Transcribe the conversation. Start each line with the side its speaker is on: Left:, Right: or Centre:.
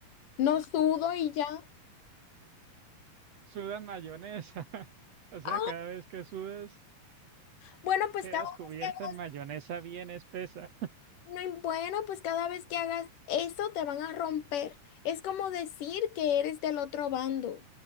Left: no sudo y ya.
Right: Suda mayonesa, <laughs> o sea,
Left: Ah,
Right: cada vez que sudas
Left: bueno, pues
Right: quedas
Left: cada
Right: cubierta
Left: vez que hagas,
Right: en mayonesa bien espesa.
Left: no, im- bueno, pues cada vez que hagas eso te van a romper. Es como decir que eres del otro bando.